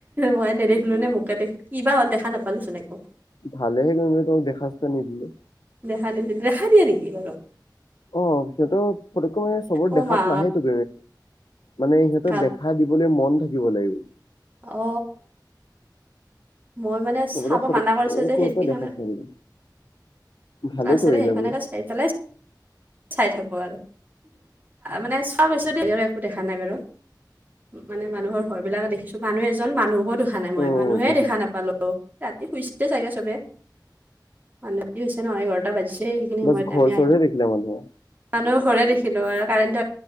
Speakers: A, on the right; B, on the left.
A: মই নেদেখিলো নে মোকে দেখ কিবা হল দেখা নাপালোচোন একো
B: ভালেহে গম তোক দেখা চা নিদিলো
A: দেহা নিদি দেহা দিয়ে নেকি বাৰু
B: অ সিহঁতৰ পতকৈ মানে চবৰ
A: অ
B: দেখাত
A: মা
B: নাহেই ত মানে সিহঁতৰ
A: গাত
B: দে সাঁ দিবলৈ মন থাকিব লাগিব
A: অ মই মানে
B: চবতে
A: চাব
B: ফটক
A: মানা কৰিছো যে
B: ক'ৰ
A: খিৰিকী
B: পৰা দেখা
A: খনে
B: পাৰিব ভালেই
A: কাছেৰে
B: কৰিলা
A: সেইখনে
B: বাৰু
A: চাই থালাই চাই থাকো আৰু মানে চোৱা পিছত দি আৰু একো দেখা নাই বাৰু মানে মানুহৰ ঘৰ বিলাকে দেখিছো মানুহ এজন মানুহকো দেখা নাই মই
B: অ
A: মানুহে
B: বুজিছো
A: দেখা নাপালো অ', ৰাতি শুইছ চাগে চবে মানতি হৈছে ন' এঘাৰটা বাজিছে সেইখিনি সময়তে
B: বছ ঘৰ
A: আমি আহি
B: চৰহে দেখিলে মানুহে
A: মানুহৰ ঘৰে দেখিলো আৰু কাৰেণ্ট